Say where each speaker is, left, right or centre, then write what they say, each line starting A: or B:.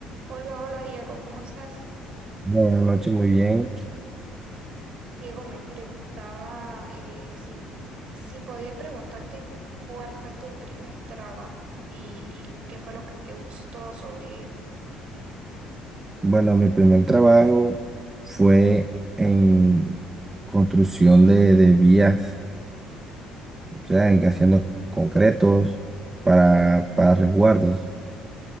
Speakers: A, on the right (about 50°); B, on the right (about 15°).
A: Hola, hola Diego, ¿cómo estás?
B: Buenas noches, muy bien.
A: Diego, me preguntaba eh, si, si podía preguntarte cuál fue tu primer trabajo y, y qué fue lo que te gustó sobre él.
B: Bueno, mi primer trabajo fue en construcción de, de vías, o sea, en que haciendo concretos para, para resguardos.